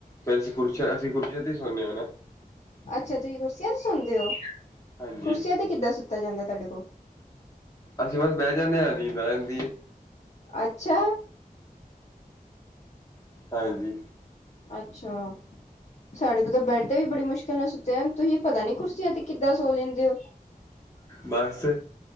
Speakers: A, on the left; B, on the left.
A: ਫ ਅਸੀਂ ਕੁਰਸ਼ ਅਸੀਂ ਕੁਰਸ਼ੇ ਦੀ ਹੀ ਸੁਣਨੇ ਹਾਂ ਨਾ
B: ਅੱਛਾ ਤੁਸੀਂ ਕੁਰਸੀਆਂ ਤੇ ਸੁਣਦੇ ਹੋ
A: ਹਾਂਜੀ
B: ਕੁਰਸੀਆਂ ਤੇ ਕਿੱਦਾਂ ਸੁੱਤਾ ਜਾਂਦਾ ਤੁਹਾਡੇ ਕੋਲ
A: ਅਸੀਂ ਬਸ ਬਹਿ ਜਾਂਦੇ ਹਾਂ ਨੀਦ ਜਾਂਦੀਏ
B: ਅੱਛਾ।
A: ਹਾਂਜੀ।
B: ਅੱਛਾ। ਸਾਡੇ ਕੋਲ ਤਾਂ ਬੇਡ ਤੇ ਵੀ ਬੜੀ ਮੁਸ਼ਕਿਲ ਨਾਲ ਸੁਤਾ ਜਾਂਦਾ ਤੁਸੀਂ ਪਤਾ ਨੀ ਕੁਰਸੀਆਂ ਤੇ ਕਿੱਦਾਂ ਸੋ ਲੈਂਦੇ ਹੋ।
A: ਬਸ